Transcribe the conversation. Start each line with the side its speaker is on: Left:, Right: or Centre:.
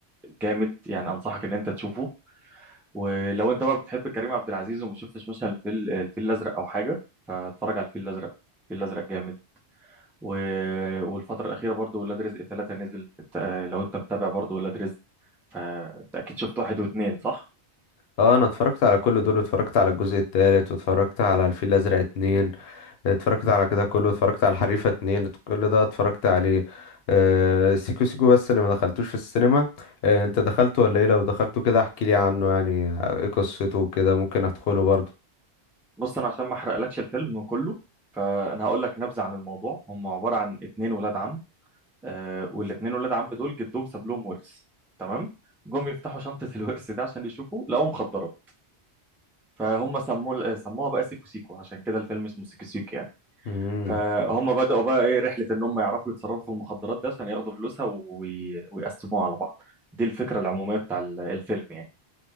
Centre: جامد يعني أنصحك إن أنت تشوفه ولو أنت بقى بتحب كريم عبد العزيز وما شفتش مثلا الفيل الفيل الأزرق أو حاجة فاتفرج على الفيل الأزرق الفيل الأزرق جامد و... والفترة الأخيرة برضو ولاد رزق ثلاثة نزل الت- لو أنت متابع برضو ولاد رزق فأنت أكيد شفت واحد واتنين صح؟
Left: اه انا اتفرجت على كل دول اتفرجت على الجزء التالت واتفرجت على الفيل الازرق اتنين اتفرجت على كده كله اتفرجت على الحريفة اتنين كل ده اتفرجت عليه آه سيكو سيكو بس اللي ما دخلتوش في السينما آه انت دخلته ولا ايه لو دخلته كده احكي لي عنه يعني ايه قصته وكده ممكن ادخله برضه
Centre: بص انا عشان ما احرقلكش الفيلم كله فانا هقول لك نبذه عن الموضوع هم عباره عن اتنين ولاد عم آه والاتنين ولاد عم دول جدهم ساب لهم ورث تمام جم يفتحوا شنطه <laughs> الورث ده عشان يشوفوا لقوا مخدرات فهم سموه سموها بقى سيكو سيكو عشان كده الفيلم اسمه سيكو سيكو يعني
Left: امم
Centre: فهم بداوا بقى ايه رحله ان هم يعرفوا يتصرفوا في المخدرات ده عشان ياخدوا فلوسها وي... ويقسموها على بعض دي الفكره العموميه بتاع ال- الفيلم يعني